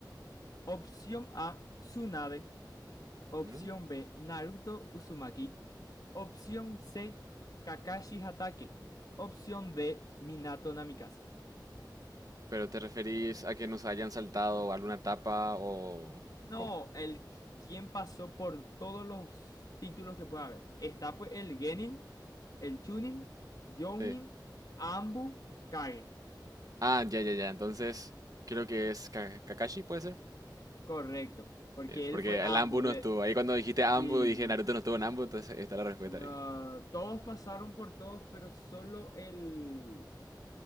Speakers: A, on the left (about 55°); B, on the right (about 50°).
A: Opción A, Tsunade. Opción
B: Ujú.
A: B, Naruto Uzumaki. Opción C, Kakashi Hatake. Opción D, Minato Namikaze.
B: Pero te referís a que nos hayan saltado alguna etapa o... ¿Cómo?
A: No, el qui- quien pasó por todos los títulos que puede haber. Está pues el Genin, el Chunin, Jounin,
B: Sí.
A: Ambu, Kage.
B: Ah, ya, ya, ya. Entonces, creo que es Ka- Kakashi, ¿puede ser?
A: Correcto, porque
B: Bien,
A: él
B: porque
A: fue Ambu.
B: el Ambu no
A: De,
B: estuvo. Ahí cuando dijiste
A: sí,
B: Ambu, dije Naruto no estuvo en Ambu, entonces está la respuesta
A: no,
B: ahí.
A: todos pasaron por todos, pero solo el,